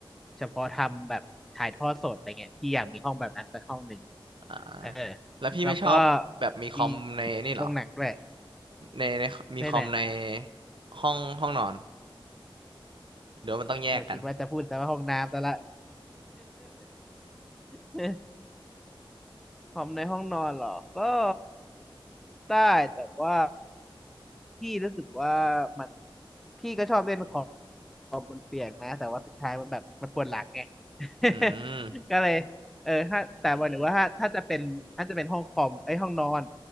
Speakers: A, in the centre; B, on the right.
A: เฉพาะทำแบบถ่ายทอดสดอะไรเงี้ยพี่อยากมีห้องแบบนั้นสักห้องหนึ่ง
B: อ่า
A: เออ
B: แล้วพี่ไม่ชอบแบบมีคอมในนี่เหรอ
A: แล้วก็มีโรงหนังด้วย
B: ในในมีคอมใน
A: ไหนไหน
B: ห้องห้องนอนหรือว่ามันต้องแยกกัน
A: เราคิดว่าจะพูดแต่ว่าห้องน้ำซะละ <laughs> คอมในห้องนอนเหรอก็ได้แต่ว่าพี่รู้สึกว่ามันพี่ก็ชอบเล่นคอมเปียกนะแต่ว่าสุดท้ายมันแบบมันปวดหลังไง <laughs>
B: <laughs> อืม
A: ก็เลยเออถ้าแต่ว่าหรือว่าถ้าถ้าจะเป็นถ้าจะเป็นห้องคอมไอ้ยห้องนอน